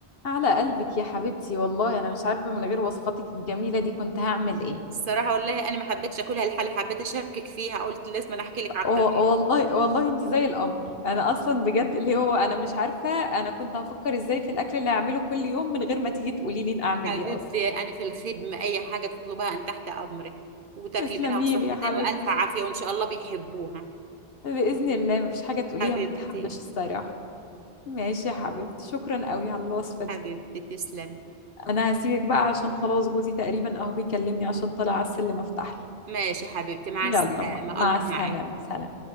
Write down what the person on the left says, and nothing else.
على قلبك يا حبيبتي والله انا مش عارفة من غير وصفاتك الجميلة دي كنت هعمل ايه
و-
والله والله انت زي القمر انا اصلا بجد اللي هو انا مش عارفه انا كنت هفكر ازاي في الاكل اللي هعمله كل يوم من غير ما تيجي تقولي لي اعمل
ايه اصلا
تسلمي
لي يا حبيبتي
باذن الله مفيش حاجه تقوليها
ما بتحبش الصراحه ماشي يا حبيبتي شكرا قوي على الوصفه دي
انا هسيبك بقى عشان خلاص جوزي تقريبا اهو بيكلمني عشان طالع على السلم افتح له
يلا
م- مع
السلامه
سلام